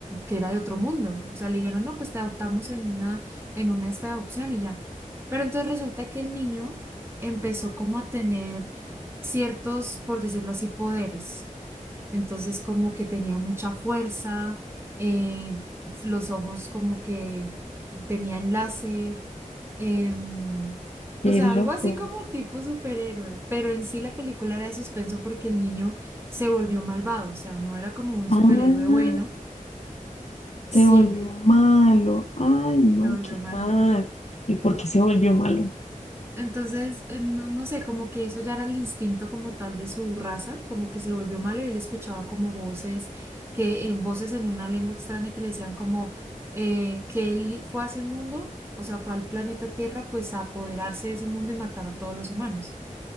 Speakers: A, on the right; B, on the left.
A: que era de otro mundo. O sea, le dijeron, no, pues te adoptamos en una, en una esta de adopción y ya. Pero entonces resulta que el niño empezó como a tener ciertos, por decirlo así, poderes. Entonces como que tenía mucha fuerza, eh, los ojos como que tenían láser, em,
B: Qué
A: o sea,
B: loco.
A: algo así como tipo superhéroe, pero en sí la película era de suspenso porque el niño se volvió malvado, o sea, no era como un
B: Ah.
A: superhéroe bueno,
B: Se
A: sí,
B: volvió malo. Ay, no,
A: se volvió
B: qué
A: malo.
B: mal. ¿Y por qué se volvió malo?
A: Entonces, eh, no, no sé, como que eso ya era el instinto como tal de su raza, como que se volvió malo y él escuchaba como voces, que en voces en una lengua extraña que le decían como eh, que él fue a ese mundo, o sea, fue al planeta Tierra, pues a apoderarse de ese mundo y matar a todos los humanos.